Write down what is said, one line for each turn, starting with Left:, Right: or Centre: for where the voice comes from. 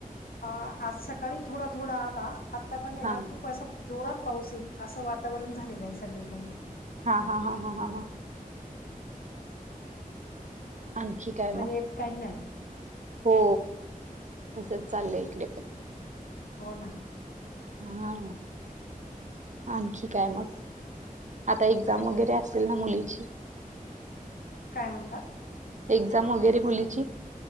Left: अ आज सकाळी थोडा थोडा आला आता पण आहे
Right: हा
Left: ना खूप असं जोरात पाऊस येईल असं वातावरण झालेलं आहे सगळीकडे.
Right: हा हा हा हा हा हां आणखी काय मग?
Left: पण येत काही नाही
Right: हो तसच चाललंय इकडे पण.
Left: हो ना.
Right: हा आणखी काय मग आता एक्झाम
Left: काही
Right: वगैरे
Left: नाही
Right: असते असेल ना मुलीची.
Left: काय म्हणतात?
Right: एक्झाम वगैरे मुलीची.